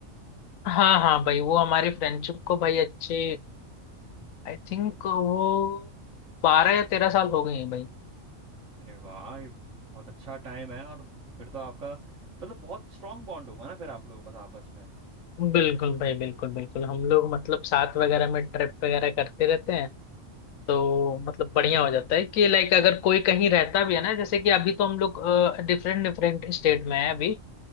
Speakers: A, on the left; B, on the right.
A: हाँ हाँ भाई वो हमारी फ्रेंडशिप को भाई अच्छे आई थिंक वो बारह या तेरह साल हो गए हैं भाई
B: अरे वाह ये बहुत अच्छा टाइम है और फिर तो आपका मतलब बहुत स्ट्रांग बॉन्ड होगा ना फिर आप लोगों का तो आपस में
A: बिल्कुल भाई बिल्कुल बिल्कुल हम लोग मतलब साथ वगैरह में ट्रिप वगैरह करते रहते हैं तो मतलब बढ़िया हो जाता है कि लाइक अगर कोई कहीं रहता भी है ना जैसे कि अभी तो हम लोग डिफरेंट डिफरेंट स्टेट में है अभी